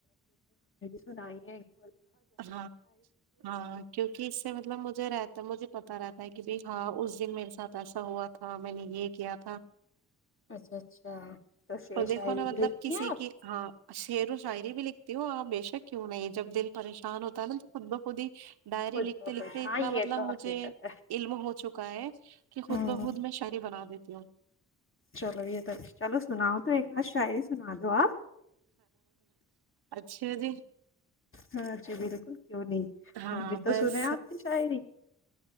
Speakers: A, on the left; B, on the right.
A: س نہیںائیے
B: ہاں ہاں کیونکہ اس سے مطلب مجھے رہتا مجھے پتا رہتا ہے کہ بھائی ہاں اس دن میرے ساتھ ایسا ہوا تھا میں نے یہ کیا تھا
A: اچھا اچھا تو شعر
B: اور دیکھو
A: شاعری
B: نا مطلب
A: بھی لکھتی
B: کسی
A: ہیں آپ
B: کی ہاں شعر و شاعری بھی لکھتی ہوں اور بشر کیوں نہیں جب دل پریشان ہوتا ہے نا تو خود بخود ہی ڈائری
A: خود
B: لکھتے
A: بخود
B: لکھتے
A: ہاں
B: اتنا
A: یہ
B: مطلب
A: تو
B: مجھے
A: حقیقت ہے
B: علم ہو چکا ک کہ خود
A: ہوں
B: بخود میں شڑی بنا دیتے کیا
A: چلو یہ توچ چلو سناؤ تو ایک ہادھ شا ہی سنا دو آپ
B: اچھا جی
A: ہاں جی بالکل کیوں نہیں
B: ہاں
A: ہم بھی تو
B: بس
A: سنے آپ کی شاعری